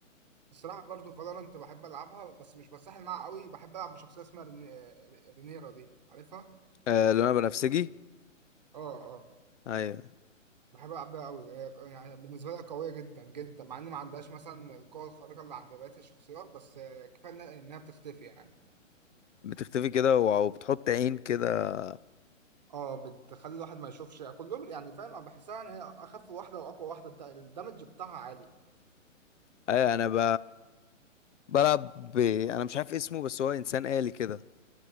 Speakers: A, on the right (about 35°); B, on the left (about 65°).
A: الصراحه برضو فالورانت بحب العبها بس مش بتسحل معاها قوي بحب العب بشخصيه اسمها ريني- رينيرا دي عارفها
B: آه لونها بنفسجي
A: اه آه.
B: ايوه
A: بحب ألعبها أوي هي يعني بالنسبة لها قوية جدا جدا مع إن ما عندهاش مثلا القوة الخارقة اللي عند بقية الشخصيات بس آه، كفاية إنها إنها بتختفي يعني
B: بتختفي كده و- وبتحط عين كده
A: اه بتخلي الواحد ما يشوفش كلهم يعني فاهم أنا بحسها إن هي أخف واحدة وأقوى واحدة الد- الدمج بتاعها عالي
B: ايوه انا ب... بلعب ب... انا مش عارف اسمه بس هو انسان آلي كده